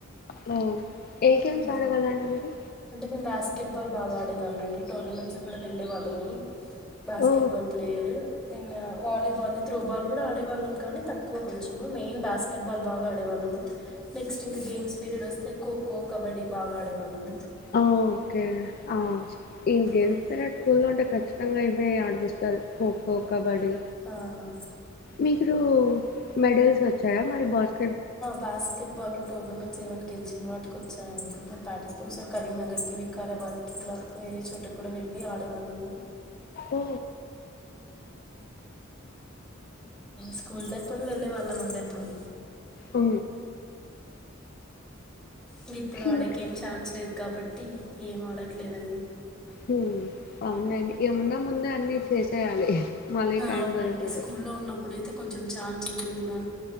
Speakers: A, on the left; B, in the centre.
A: నా ఏ గేమ్స్
B: ఉమ్.
A: ఆడేవాళ్ళండి మీరు
B: అంటే మేము బాస్కెట్ బాల్ బాగా ఆడేదాం అండి టోర్నమెంట్స్ కూడా వెళ్ళే వాళ్ళము బాస్కెట్
A: ఓ
B: బాల్ player then volleyball throwball కూడా ఆడే వాళ్ళం కానీ తక్కువ కొంచెము మెయిన్ బాస్కెట్ బాల్ బాగా ఆడేవాళ్ళం, నెక్స్ట్ ఇంకా గేమ్స్ పీరియడ్ వస్తే కు ఖో కబడ్డీ బాగా ఆడేవాళ్ళం
A: అ ఓకే ఆ <unintelligible>
B: ఉమ్.
A: ఖచ్చితంగా అయితే ఆడిపిస్తారు, ఖోఖో కబడ్డీ
B: ఆ, ఆ,
A: మీకురు మెడల్స్ వచ్చాయా మరి బస్
B: బాస్కెట్ బాల్ టూర్నమెంట్స్ అవని గెలి అన్నివాటికి వచ్చానండి మేము పాటిస్త ఒకసారి కరీంనగర్కి, వికారాబాద్కి ఇట్లా వేరే చోటుకి కూడా వెళ్ళి ఆడేవాళ్ళము,
A: ఓ
B: స్కూల్ తర్పున వెళ్ళే వా ఆడినం అండీ అప్పుడు
A: ఉ
B: ఇం ఇప్పుడు ఆడకి
A: ఇంక్
B: ఏం ఛాన్స్ లేదు కాబట్టి ఏం ఆడట్లేదండి,
A: హు అవునండీ ఏమున్నా ముందే అన్ని చేసేయాలి మళ్ళీ టైం
B: అవునండి
A: దొరకదు.
B: స్కూల్లో ఉన్నప్పుడుయితే కొంచెం ఛాన్స్ ఉంటుంది.